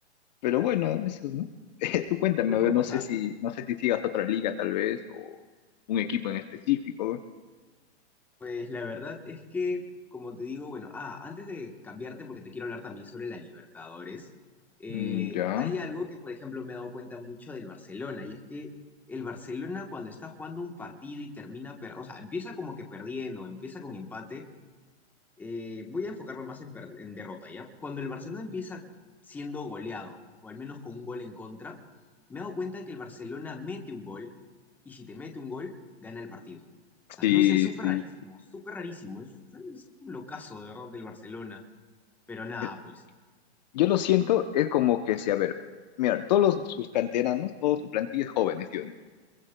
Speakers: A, on the left; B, in the centre.
A: pero bueno, eso, ¿no? <laughs> Tú cuéntame,
B: pero
A: a
B: puede
A: ver, no
B: pasar.
A: sé si, no sé si sigas otra liga tal vez, o un equipo en específico.
B: Pues la verdad es que, como te digo, bueno, ah, antes de cambiarte, porque te quiero hablar también sobre la Libertadores, eh,
A: Mm, ya.
B: hay algo que, por ejemplo, me he dado cuenta mucho del Barcelona, y es que el Barcelona cuando está jugando un partido y termina, per- o sea, empieza como que perdiendo, empieza con empate, eh, voy a enfocarme más en, per- en derrota, ¿ya? Cuando el Barcelona empieza siendo goleado, o al menos con un gol en contra, me he dado cuenta que el Barcelona mete un gol, y si te mete un gol, gana el partido. O sea,
A: Sí,
B: no sé, es súper
A: sí.
B: rarísimo, súper rarísimo. Es, es- es un locazo, de verdad, del Barcelona. Pero nada,
A: Eh,
B: pues.
A: Yo lo siento, es como que si, a ver, mira, todos los, sus canteranos, toda su plantilla es jóvenes, ¿sí o no?